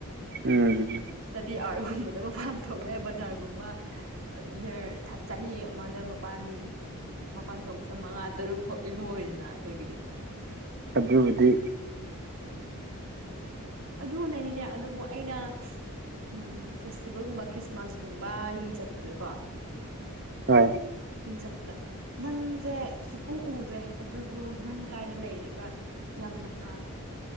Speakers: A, on the right; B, on the right.
A: ꯎꯝ
B: ꯏꯁꯇꯗꯤ ꯑꯥꯔꯠꯒꯨꯝꯕꯗ ꯃꯄꯥꯟ ꯊꯣꯛꯂꯛꯑꯦ ꯕꯖꯥꯔꯒꯨꯝꯕ ꯏꯌꯔ ꯊ ꯆꯍꯤ ꯑꯃꯗ ꯃꯄꯥꯟꯅꯤ ꯃꯄꯥꯟ ꯊꯣꯛꯄꯁꯤ ꯃꯉꯥ ꯇꯔꯨꯛ ꯊꯣꯛꯏ ꯂꯣꯏꯗꯅ ꯑꯩꯈꯣꯏꯒꯤꯗꯤ
A: ꯑꯗꯨꯕꯨꯗꯤ
B: ꯑꯗꯨꯅꯅꯤꯅꯦ ꯑꯗꯨꯕꯨ ꯑꯩꯅ ꯎꯝ ꯐꯦꯁꯇꯤꯚꯦꯜꯒꯨꯝꯕ ꯈ꯭ꯔꯤꯁꯃꯥꯁꯀꯨꯝꯕ ꯌꯨꯝ ꯆꯠꯄꯗꯀꯣ
A: ꯍꯣꯏ
B: ꯌꯨꯝ ꯆꯠꯄꯗ ꯅꯪꯁꯦ ꯁꯨꯛꯎ ꯎꯗ꯭ꯔꯦ ꯑꯗꯨꯕꯨ ꯅꯪ ꯀꯥꯏꯗ ꯂꯩꯔꯒ ꯌꯥꯝꯅ